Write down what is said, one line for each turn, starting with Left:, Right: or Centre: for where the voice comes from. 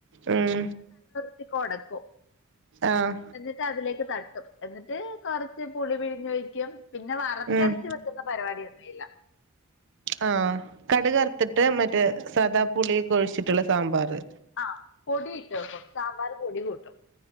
Right: ഉം
Left: ത്തി കൊടക്കും
Right: ആഹ്
Left: എന്നിട്ട് അതിലേക്ക് തട്ടും എന്നിട്ട് കൊറച്ച് പുളി പിഴിഞ്ഞൊഴിക്കും പിന്ന വറ്ത്തരച്ച്
Right: ഉം
Left: വെക്കുന്ന പരുവാടിയൊന്നു ഇല്ല
Right: ആഹ് കടുകറുത്തിട്ട് മറ്റേ സാദാ പുളിയക്കൊഴിച്ചിട്ടുള്ള സാമ്പാറ്
Left: ആഹ് പൊടി ഇട്ട് വെക്കും സാമ്പാറ് പൊടി കൂട്ടും